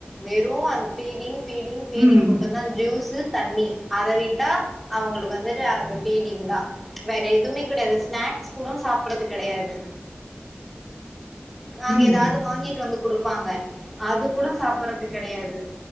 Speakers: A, in the centre; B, on the right.
A: வெறும் அந்த ஃபீடிங் பீடிங் பீடிங்
B: ம் ம்
A: மட்டும்தான் ஜூஸ் தண்ணி அத விட்டா அவங்களுக்கு வந்துட்டு அந்த பீடிங் தான் வேற எதுவுமே கெடையாது ஸ்நாக்ஸ் கூட சாப்பறது கெடையாது நாங்க
B: ம்
A: ஏதாவது வாங்கிட்டு வந்து கொடுப்போ வப்பாங்க அது கூட சாப்படடுறது கெடையாது